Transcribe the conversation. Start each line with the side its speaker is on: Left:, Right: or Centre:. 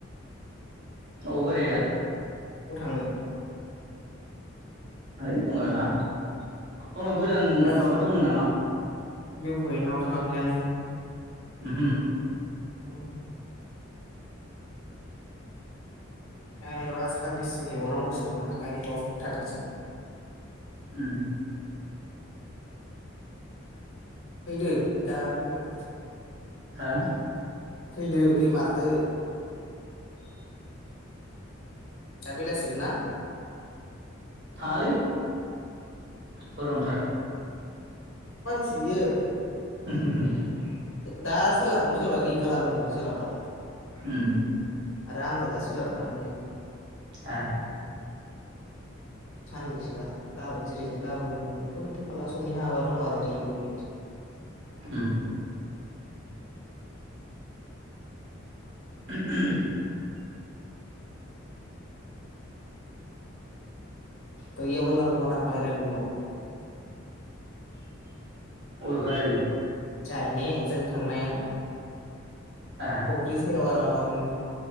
Right: औ बोराया
Left: ब थाङो?
Right: ऐ बङायाव थाङा। बंआयाव गोदान
Left: दा
Right: माबा दंमोन नामा?
Left: भिउ पइन्टआव थाङाखै नों?
Right: उहो
Left: औ <inaudible> ए र सारबिस सो हैबावनांगौसो मोननो आंहा। गारि बब थाथोंसै।
Right: उम।
Left: फैदो दा फैबा
Right: हा?
Left: फैदो फैमारदो। दा बेलासियाव ना?
Right: थाङालै। गरमथार।
Left: सियो
Right: <unintelligible>
Left: दा सोलाबं सोलाबबा गैखालाबो नोङो सोलाबखाला।
Right: उम।
Left: आरो आंबो दा सोलाबखादों नै।
Right: आ।
Left: साननिसोया। गाबोन जेरैजों गाबोन जों <unintelligible>
Right: उम <inaudible>
Left: बैयावबो लांगौमोन आं भायरेल बिउआव'
Right: अबे बायरेल बिउ?
Left: जाय ने जों थांनाया
Right: आ
Left: फख्रि सेर आरम